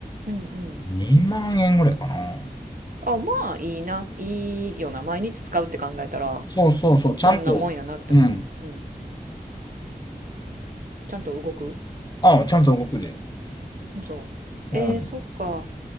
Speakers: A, on the right; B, on the left.
A: うんうん。
B: 2万円ぐらいかな。
A: あ、まあいいな。いいよな。毎日使うって考えたら、
B: そうそうそう、
A: 別にそんなもんやなって思う。
B: ちゃんと、うん。
A: うん。ちゃんと動く
B: あ、ちゃんと動くで。
A: そう。えー、
B: うん。
A: そっか。